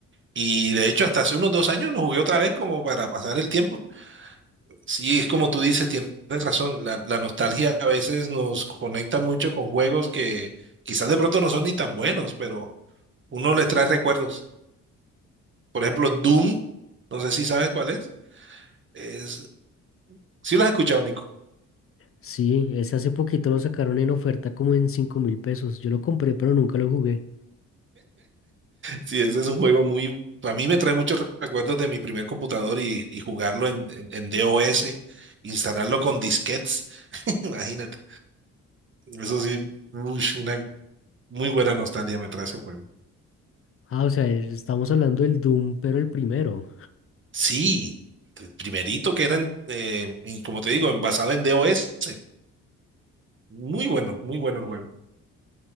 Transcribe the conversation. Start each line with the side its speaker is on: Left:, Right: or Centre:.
Right: Y de hecho, hasta hace unos dos años lo jugué otra vez como para pasar el tiempo. Sí, es como tú dices, tienes razón. La, la nostalgia a veces nos conecta mucho con juegos que quizás de pronto no son ni tan buenos, pero uno les trae recuerdos. Por ejemplo, Doom, no sé si sabes cuál es. Es, sí lo has escuchado,
Left: Sí, ese hace poquito lo sacaron en oferta como en cinco mil pesos. Yo lo compré, pero nunca lo jugué.
Right: Sí, ese es un juego muy... A mí me trae muchos recuerdos de mi primer computador y, y jugarlo en, en, en DOS, instalarlo con disquetes, <laughs> imagínate. Eso sí, ush, una muy buena nostalgia me trae ese juego.
Left: Ah, o sea, es- estamos hablando del Doom, pero el primero.
Right: Sí, el primerito que eran, eh, en- como te digo, en- basado en DOS. Muy bueno, muy bueno el juego.